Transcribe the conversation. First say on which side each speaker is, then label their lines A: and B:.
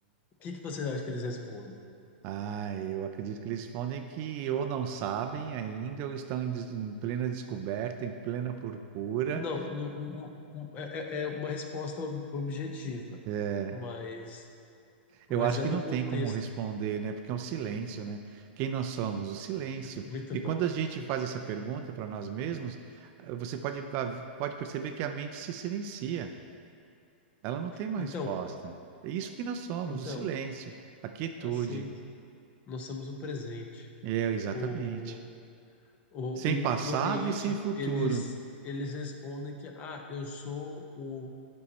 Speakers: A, on the left (about 25°); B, on the right (about 30°).
A: o que que você acha que eles respondem?
B: Ah, eu acredito que eles respondem que ou não sabem ainda, ou estão em, des- em plena descoberta, em plena procura.
A: Não, no- um- um- um, é, é- é uma resposta ob- objetiva,
B: É,
A: mas,
B: eu
A: mas
B: acho
A: é
B: que
A: no
B: não tem
A: contexto.
B: como responder, né? Porque é um silêncio, né? Quem nós somos? O silêncio.
A: Muito
B: Porque
A: bom.
B: quando a gente faz essa pergunta para nós mesmos, eh, você pode, a- pode perceber que a mente se silencia. Ela não tem uma
A: Então,
B: resposta. É isso que nós somos,
A: então,
B: o silêncio, a quietude.
A: assim, nós temos o presente.
B: É, exatamente.
A: O, o,
B: Sem
A: e no
B: passado
A: Oriente,
B: e sem futuro.
A: eles, eles respondem que, ah, eu sou o